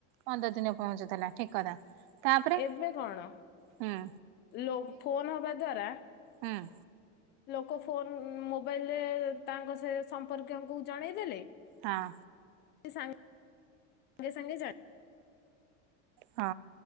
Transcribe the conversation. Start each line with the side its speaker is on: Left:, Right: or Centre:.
Right: ପନ୍ଦର ଦିନେ ପହଞ୍ଚୁଥିଲା ଠିକ କଥା। ତାପରେ
Left: ଏବେ କଣ
Right: ହୁଁ
Left: ଲୋ ଫୋନ୍ ହବା ଦ୍ଵାରା
Right: ହାଁ
Left: ଲୋକ ଫୋନ୍ ମୋବାଇଲରେ ତାଙ୍କ ସେ ସମ୍ପର୍କୀୟଙ୍କୁ ଜଣେଇ ଦେଲେ
Right: ହଁ।
Left: ସେ ସାଙ୍ଗ ସାଙ୍ଗେ ସାଙ୍ଗେ ଜାଣ
Right: ହଁ